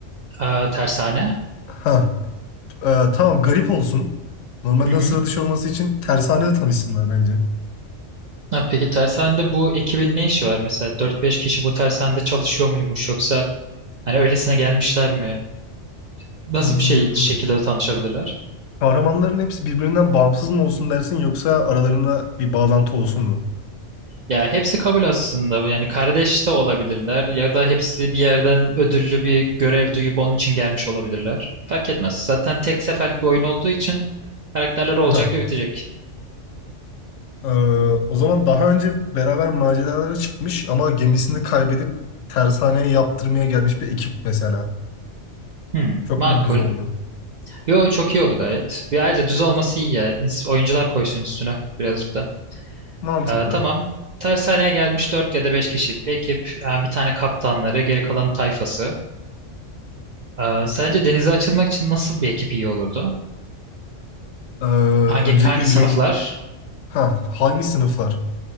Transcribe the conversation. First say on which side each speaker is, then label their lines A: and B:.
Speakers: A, on the right (about 65°); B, on the left (about 90°).
A: aa, tersane.
B: Ha, e, tamam garip olsun. Normalden
A: Hı hı.
B: sıra dışı olması için tersanede tanışsınlar bence.
A: Ha, peki tersanede bu ekibin ne işi var mesela? dört beş kişi bu tersanede çalışıyor muymuş yoksa hani öylesine gelmişler mi? Nasıl
B: Hmm,
A: bir şey şekilde tanışabilirler?
B: kahramanların hepsi birbirinden bağımsız mı olsun dersin yoksa aralarında bir bağlantı olsun mu?
A: Ya hepsi kabul aslında. Yani kardeş de olabilirler ya da hepsi bir yerden ödüllü bir görev duyup onun için gelmiş olabilirler. Fark etmez. Zaten tek seferlik bir oyun olduğu için karakterler olacak
B: Heh.
A: ve bitecek.
B: Ee, o zaman daha önce beraber maceralara çıkmış ama gemisini kaybedip tersaneye yaptırmaya gelmiş bir ekip mesela.
A: Hmm,
B: Çok
A: makul.
B: mu düz oldu?
A: Yo çok iyi oldu gayet. Bir ayrıca düz olması iyi ya. İns- Oyuncular koysun üstüne birazcık da.
B: Mantıklı.
A: Ee, tamam. Tersaneye gelmiş 4 ya da 5 kişilik bir ekip. Ee, bir tane kaptanları, geri kalan tayfası. Ee, sence denize açılmak için nasıl bir ekip iyi olurdu?
B: Ee,
A: Hangi
B: öncelikle
A: hangi sınıflar?
B: yön... Ha, hangi sınıflar?